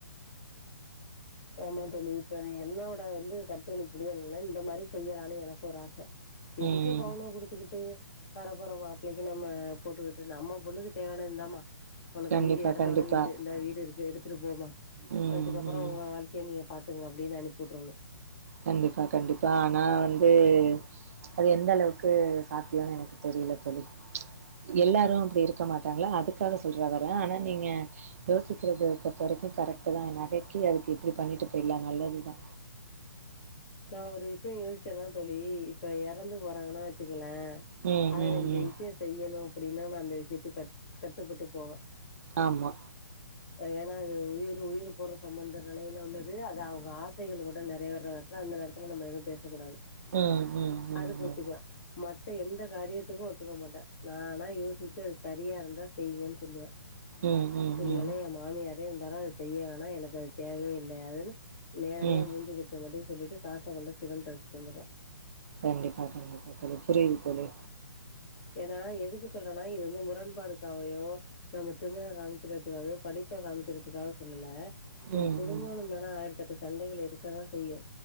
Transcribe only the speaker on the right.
ம்
கண்டிப்பா
கண்டிப்பா
ம்
ம்.
கண்டிப்பா கண்டிப்பா ஆனா வந்து அது எந்தளவுக்கு சாத்தியோனு எனக்கு தெரியில தோழி எல்லாரு அப்டி இருக்க மாட்டாங்ளா அதுக்காக சொல்ற வர ஆனா நீங்க யோசிக்கிறத பொறுத்த வரைக்கு கரெக்ட்டு தா எ நகைக்கு அதுக்கு இப்டி பண்ணிட்டு போயிர்லா நல்லது தா
ம்,
ம்,
ம்.
ஆமா
ம், ம்,
ம்,
ம்.
ம், ம்,
ம்.
ம்.
கண்டிப்பா கண்டிப்பா தோழி புரியிது தோழி
ம்,
ம். ம்